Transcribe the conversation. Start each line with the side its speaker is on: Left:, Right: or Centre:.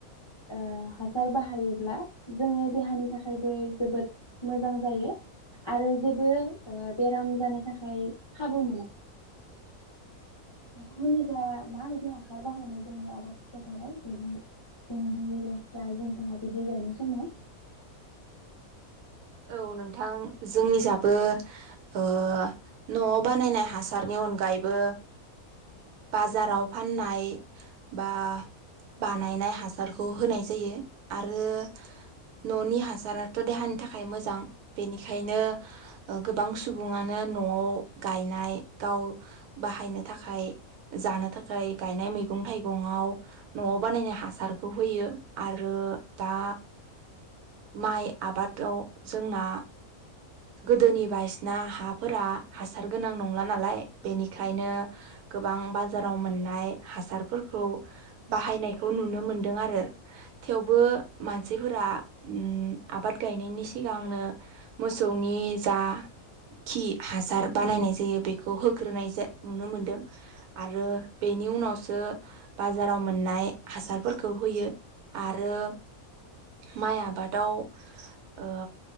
Left: ओ हासार बाहायोब्ला जोङो देहानि नि थाखायबो जोबोद मोजां जायो। आरो जेबो बेराम जानो थाखाय खाबु मोना। नोंथांमोननि दा माबायदि हासार बाहायनाय जायो आबाद फोथाराव जेरै भेन्दि, लेस्रा, जिंखा बिदि गायनाय समाव?
Right: औ नोंथां जोंनि जाबो ओ न'आव बानायनाय हासारनि अनगायैबो बाजाराव फाननाय बा बानायनाय हासारखौ होनाय जायो। आरो न'नि हासाराथ' देहानि नि थाखाय मोजां। बेनिखायनो गोबां सुबुङानो न'आव गायनाय गाव बाहायनो थाखाय जानो थाखाय गायनाय मैगं थाइगं थाइगं आव न'आव बानायनाय हासारखौ होयो आरो दा माइ आबाद औ जोंना गोदोनि बायदिसिना हाफोरा हासार गोनां नंला नालाय बेनिखायनो गोबां बाजाराव मोननाय हासारफोरखौ बाहायनायखौ नुनो मोनदों आरो थेवबो मानसिफोरा उम आबाद गायनायनि सिगांनो मोसौनि जा खि हासार बानायनाय जायो बेखौ होग्रोनाय नुनो मोनदों आरो बेनि उनावसो बाजाराव मोननाय हासारफोरखौ होयो आरो माइ आबादाव ओ